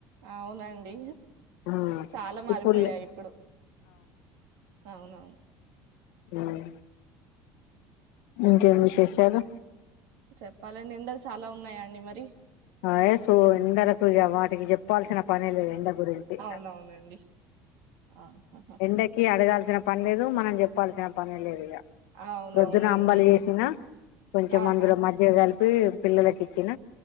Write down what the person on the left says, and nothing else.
ఆ
ఇప్పుడులే
మ్ ఇంకేం విశేషాలు
అయే సు ఎండలకు ఇగ వాటికీ చెప్ ప్పాల్సిన పనే లేదు ఎండ గురించి
ఎండకి అడగాల్సిన పనిలేదు మనం చెప్పాల్సిన పనే లేదు ఇగ
పోద్దున అంబలీ చేసినా కొంచెం
అందులో మజ్జిగ కలిపి పి పిల్లలలకు ఇచ్చిన